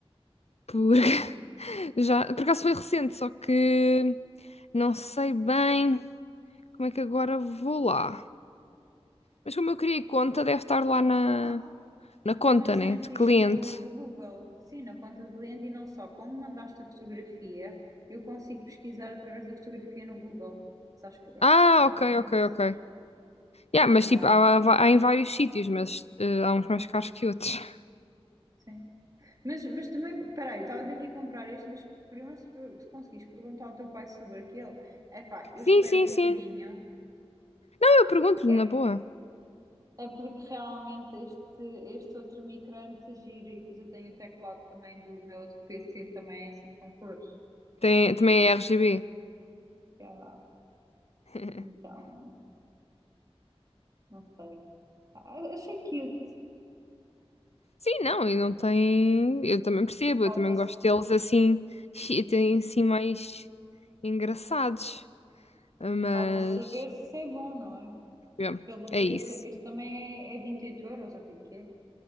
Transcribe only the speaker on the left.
porque <laughs>
já, por acaso foi recente, só que não sei bem como é que agora vou lá. Mas como eu criei conta, deve estar lá na,
na
conta,
né,
de cliente.
Ah,
ok, ok, ok. Yeah, mas
tipo, há, há- há em vários sítios, mas eh, há uns mais caros que outros. <laughs>
Sim,
sim,
sim.
Não, eu pergunto-lhe
na
boa.
Tem, também é RGB.
<laughs>
Sim, não, e não tem. Eu também percebo,
eu também gosto deles assim, chi- tem assim mais engraçados. Mas
yeah,
é
isso.